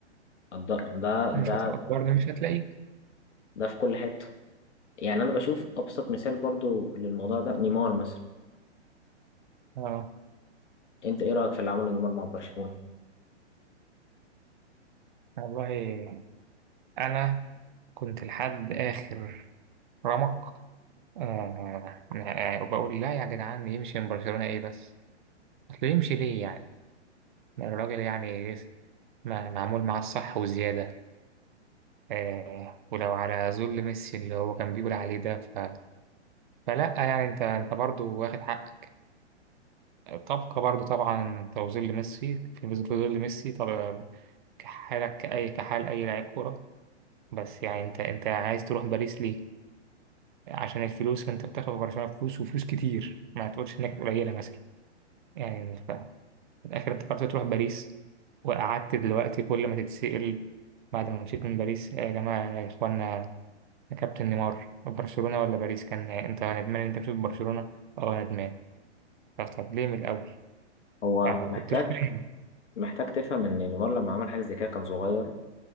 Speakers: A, on the left; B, on the right.
A: الض- ده
B: مش
A: ده
B: هتقدرني مش هتلاقيني
A: ده في كل حته يعني انا بشوف ابسط مثال برضو للموضوع ده نيمار مثلا
B: اه
A: انت ايه رايك في اللي عمله نيمار مع برشلونه
B: والله أنا كنت لحد آخر رمق آه آه، وبقول لا يا جدعان يمشي من برشلونة إيه بس أصل يمشي ليه يعني ده الراجل يعني ما معمول معاه الصح وزيادة آه ولو على ذل ميسي اللي هو كان بيقول عليه ده ف... فلا يعني انت انت برضه واخد حقك طبقة برضه طبعا انت وذل ميسي في ظل ميسي طبعا كحالك كأي كحال أي لاعب كورة بس يعني انت انت عايز تروح باريس ليه؟ عشان الفلوس ما انت بتاخد في برشلونة فلوس وفلوس كتير ما تقولش انك قليلة مثلا يعني ف... في الآخر انت قررت تروح باريس وقعدت دلوقتي كل ما تتسأل بعد ما مشيت من باريس يا جماعة يا إخوانا يا كابتن نيمار برشلونة ولا باريس كان انت ندمان إن انت بتشوف برشلونة اه ندمان طب طب ليه من الاول
A: هو
B: يعني ما
A: محتاج
B: كنتش فاهم
A: محتاج تفهم ان نيمار لما عمل حاجه زي كده كان صغير